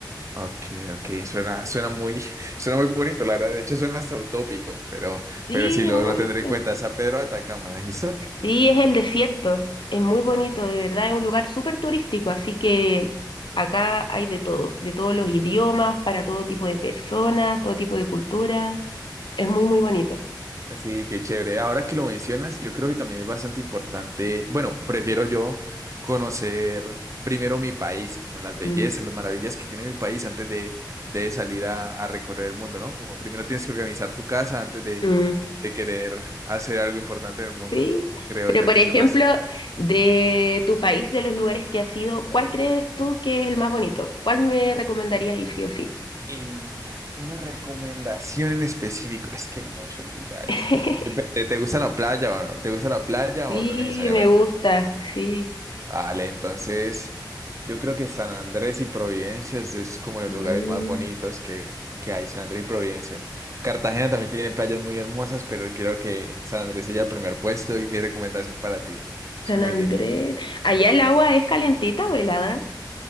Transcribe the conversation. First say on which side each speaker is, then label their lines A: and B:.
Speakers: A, on the right; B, on the left.
A: okay, okay. Suena, suena muy, <laughs> suena muy bonito, la verdad. De hecho, suena hasta utópico, pero,
B: Sí,
A: pero sí, lo,
B: es muy bonito.
A: lo tendré en cuenta. San Pedro de Atacama, dijiste.
B: Sí, es el desierto. Es muy bonito,
A: Okay.
B: de verdad, es un lugar súper turístico, así que acá hay de todo, de todos los idiomas, para todo tipo de personas, todo tipo de culturas. Es muy, muy bonito.
A: Sí, qué chévere. Ahora que lo mencionas, yo creo que también es bastante importante, bueno, prefiero yo conocer primero mi país, como las bellezas,
B: Mm,
A: las maravillas que tiene mi país antes de, de salir a, a recorrer el mundo, ¿no? Como primero tienes que organizar tu casa antes de,
B: mm,
A: de querer hacer algo importante en el mundo.
B: sí.
A: Creo
B: Pero,
A: yo
B: por
A: que
B: ejemplo,
A: se basa.
B: de tu país, de los lugares que has ido, ¿cuál crees tú que es el más bonito? ¿Cuál me recomendarías ir sí o sí?
A: El, una recomendación en específico, es que hay muchos lugares.
B: <laughs>
A: Depende, ¿Te gusta la playa o no? ¿Te gusta la playa
B: Sí,
A: o no necesariamente?
B: me gusta, sí.
A: Vale, entonces yo creo que San Andrés y Providencia es es como los
B: Mm.
A: lugares más bonitos que, que hay, San Andrés y Providencia. Cartagena también tiene playas muy hermosas, pero creo que San Andrés sería el primer puesto y mi recomendación para ti. Es
B: San
A: muy
B: Andrés.
A: lindo.
B: Allá el agua es calentita o helada.